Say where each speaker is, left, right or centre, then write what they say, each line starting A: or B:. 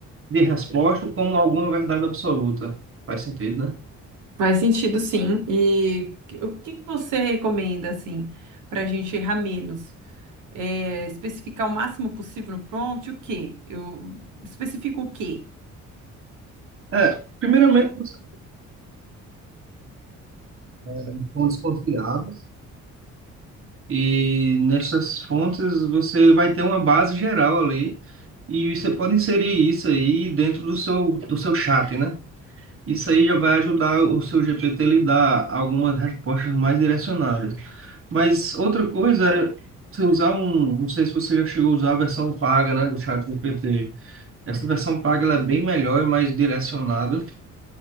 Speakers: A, on the right; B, on the right.
A: de resposta como alguma verdade absoluta. Faz sentido, né?
B: Faz sentido, sim. E o que que você recomenda, assim, para a gente errar menos? É, especificar o máximo possível no prompt, o quê? Eu especifico o quê?
A: É, primeiramente, você tem fontes confiáveis E nessas fontes você vai ter uma base geral ali e você pode inserir isso aí dentro do seu, do seu chat, né? Isso aí já vai ajudar o seu GPT a lhe dar algumas respostas mais direcionadas. Mas outra coisa é você usar um, não sei se você já chegou a usar a versão paga, né, do chat GPT. Essa versão paga ela é bem melhor e mais direcionada